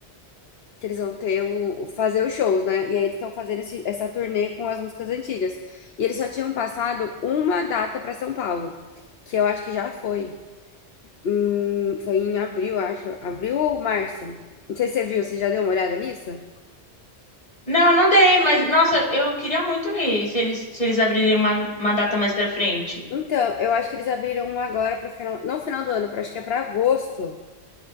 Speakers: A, on the left; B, on the left.
A: que eles vão ter o o- fazer os shows, né? E aí eles estão fazendo esse- essa turnê com as músicas antigas. E eles só tinham passado uma data para São Paulo, que eu acho que já foi. Em- foi em abril, acho. Abril ou março? Não sei se você viu, você já deu uma olhada nisso?
B: Não, eu não dei, mas nossa, eu queria muito ir se eles se eles abrirem uma, uma data mais pra frente.
A: Então, eu acho que eles abriram uma agora para final, não final do ano, para acho que é para agosto.